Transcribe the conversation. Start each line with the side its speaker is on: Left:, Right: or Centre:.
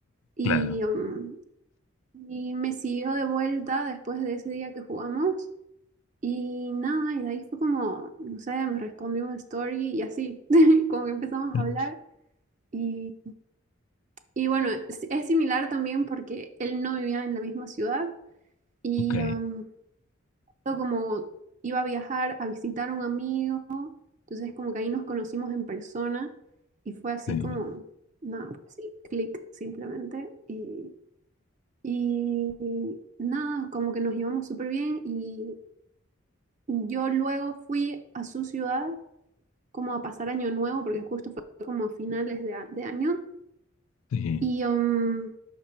Right: Y,
Left: claro.
Right: um, y me siguió de vuelta después de ese día que jugamos y nada, y de ahí fue como, no sé, me respondió un story y así, <laughs> como que empezamos
Left: <laughs>
Right: a hablar y, y bueno, es es similar también porque él no vivía en la misma ciudad. Y
Left: Ok,
Right: am, yo como iba a viajar a visitar a un amigo, entonces como que ahí nos conocimos en persona y fue así
Left: sí,
Right: como, nada, así, clic simplemente. Y, y nada, como que nos llevamos súper bien y yo luego fui a su ciudad como a pasar año nuevo, porque justo fue como a finales de, a- de año.
Left: sí.
Right: Y, um,